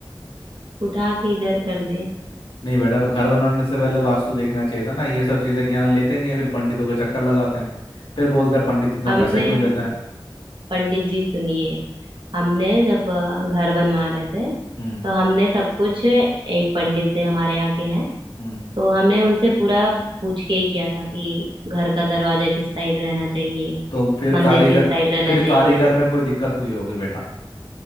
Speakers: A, on the right; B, on the left.
A: उठा के इधर कर दे
B: नहीं बेटा अब घर बनाने से पहले वास्तु देखना चाहिए था ना ये सब चीजें ज्ञान लेते नहीं है फिर पंडितों के चक्कर लगाते हैं फिर बोलते हैं पंडित इतना
A: हमने
B: पैसा क्यों लेता है
A: पंडित जी सुनिए हमने जब अ, घर बनवा रहे थे तो
B: हम्म
A: हमने सब कुछ एक पंडित से हमारे यहाँ के हैं
B: हम्म
A: तो हमने उनसे पूरा पूछ के ही किया था कि घर का दरवाजा किस साइड रहना चाहिए
B: तो फिर
A: मंदिर
B: कारीगर
A: किस साइड रहना
B: फिर
A: चाहिए
B: कारीगर में कोई दिक्कत हुई होगी बेटा